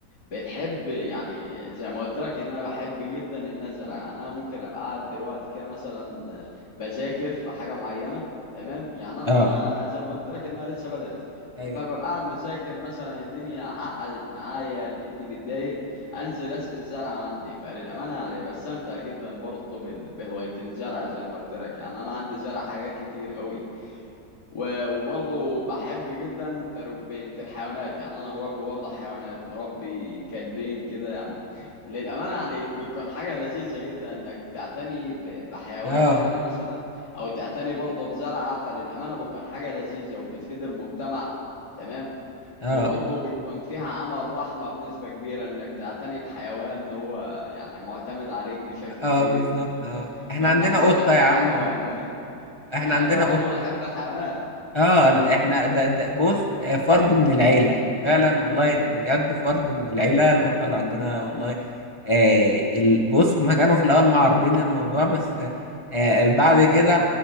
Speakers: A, on the left (about 80°); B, on the left (about 50°).
A: بتحب يعني زي ما قلت لك ان انا بحب جدا النزرة يعني انا ممكن ابقى قاعد دلوقتي كده مثلا بذاكر في حاجة معينة تمام يعني
B: اه
A: انا زي ما قلت لك ان انا لسه بدرس فببقى
B: ايوه
A: قاعد مذاكر مثلا الدنيا عقدت معايا لقيتني متضايق انزل اسقي الزرع عندي فللامانه يعني بستمتع جدا برضه بال- بهوايه الزرع زي ما قلت لك يعني انا عندي زرع حاجات كتير قوي و- وبرضه بحب جدا تربيه الحيوانات يعني انا مربي برضه حيوانات مربي كلبين كده يعني للامانه يعني بتكون حاجه لذيذه جدا انك تعتني ب- بحيوان
B: اه
A: يعني مثلا او تعتني برضه بزرعه فللامانه بتكون حاجه لذيذه وبتفيد المجتمع تمام
B: اه
A: وبرضه بيكون فيها عمل رحمة بنسبة كبيرة انك تعتني بحيوان ان هو يعني معتمد عليك بشكل
B: اه
A: كبير
B: بالظبط
A: لو انت
B: اه احنا
A: لو
B: عندنا
A: انت حصل
B: قطة
A: لك اي
B: يا عم
A: حاجة هو هيموت
B: احنا
A: يعني
B: عندنا
A: انت برضه
B: قطة
A: بتحب الحيوانات
B: اه ال- احنا ده, ده بص آه، فرد من العيله فعلا والله بجد فرد من العيله القطه اللي عندنا والله آه ال- بص هما كانوا في الاول معارضين الموضوع بس آه آه، بعد كده